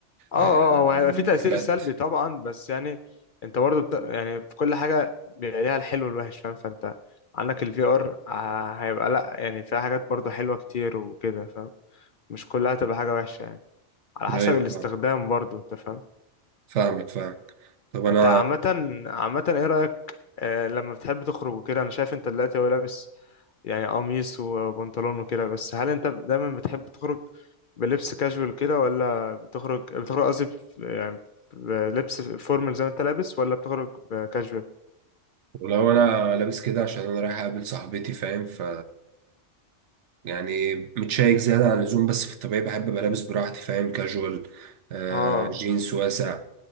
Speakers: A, on the left; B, on the right.
A: اه اه
B: آه،
A: آه، هو هيبقى
B: مقابلات
A: في تأثير سلبي طبعا بس يعني انت برضه بت... يعني في كل حاجة بيبقى ليها الحلو والوحش فاهم فانت عندك الفي ار هيبقى لا يعني فيها حاجات برضه حلوة كتير وكده فاهم مش كلها تبقى حاجة وحشة يعني على حسب
B: ايوه
A: الاستخدام
B: فاهم
A: برضه انت فاهم
B: فاهمك فاهمك طب انا
A: انت عامة عامة ايه رأيك آه، لما بتحب تخرج وكده انا شايف انت دلوقتي هو لابس يعني قميص وبنطلون وكده بس هل انت دايما بتحب تخرج بلبس كاجوال كده ولا بتخرج بتخرج قصدي بف- يعني بلبس فورمال زي ما انت لابس ولا بتخرج كاجوال
B: لو انا لابس كده عشان انا رايح اقابل صاحبتي فاهم ف يعني متشيك زيادة عن اللزوم بس في الطبيعي بحب أبقى لابس براحتي فاهم كاجوال آه
A: اه
B: جينز واسع